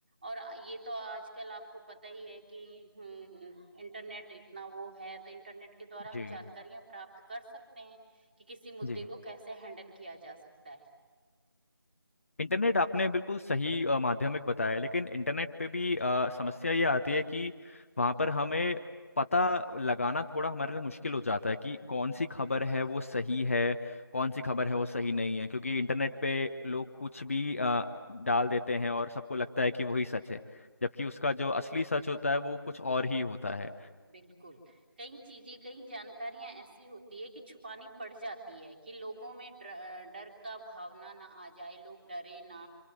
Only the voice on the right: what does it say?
और ये तो आजकल आपको पता ही है कि हम्म इंटरनेट इतना वो है तो इंटरनेट के द्वारा
हम जानकारियां प्राप्त कर सकते हैं कि किसी मुद्दे
को कैसे हैंडल किया जा सकता है
बिल्कुल कई चीजें कई जानकारियां ऐसी होती है कि छुपानी पड़ जाती है कि लोगों में डर, डर का भावना ना आ जाए लोग डरे ना